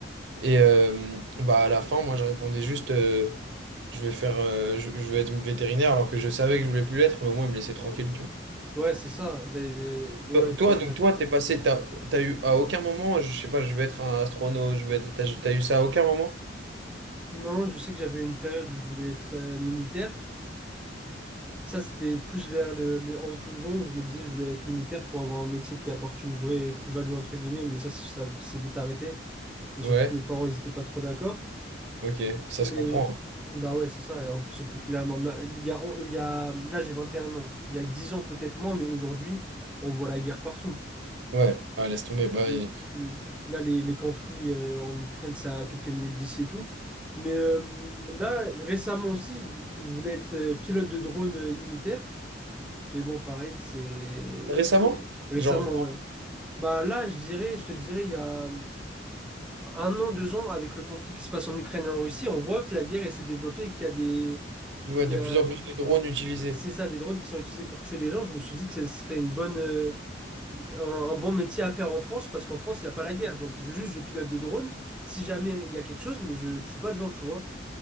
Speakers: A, on the right; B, in the centre.
A: Et euh, bah, à la fin, moi, je répondais juste, euh, Je vais faire, euh, je, je vais être vétérinaire, alors que je savais que je voulais plus l'être, mais au moins, ils me laissaient tranquille, tu vois.
B: Ouais, c'est ça. Mais, les- ouais,
A: Toi, toi,
B: je suis
A: donc,
B: d'accord.
A: toi, t'es passé, t'as, t'as eu à aucun moment, je sais pas, je vais être un astronaute, je vais être, t'as, t'as eu ça à aucun moment?
B: Non, je sais que j'avais une période où je voulais être euh, militaire. Ça, c'était plus vers le, les 11-12 ans où je me disais je voulais être militaire pour avoir un métier qui apporte une vraie plus-value, entre guillemets. Mais ça, ça c'est vite arrêté. Et surtout
A: Ouais,
B: que mes parents, ils étaient pas trop d'accord.
A: ok, ça
B: Mais,
A: se comprend.
B: bah ouais, c'est ça. Et en plus, surtout que là, ma- ma- il y a, on- il y a, là, j'ai 21 ans. Il y a 10 ans, peut-être moins, mais aujourd'hui, on voit la guerre partout.
A: hein. Ouais, ah, laisse tomber. Bah,
B: Mm,
A: et-
B: mm. Là, les, les conflits euh, en Ukraine, c'est à quelques minutes d'ici et tout. Mais euh, là, récemment aussi, je voulais être euh, pilote de drone euh, militaire. Mais bon, pareil, c'est
A: Récemment?
B: récemment,
A: Genre,
B: ouais. Bah là, je dirais, je te dirais, il y a un an, deux ans, avec le conflit qui se passe en Ukraine et en Russie, on voit que la guerre, elle s'est développée, qu'il y a des,
A: ouais,
B: il
A: de
B: y a
A: plus en plus de drones utilisés.
B: c'est ça, des drones qui sont utilisés pour tuer des gens, je me suis dit que ce serait une bonne, euh, une- un, un bon métier à faire en France, parce qu'en France, il n'y a pas la guerre. Donc, je- juste, je pilote des drones, si jamais il y a quelque chose, mais je tue pas de gens, tu vois.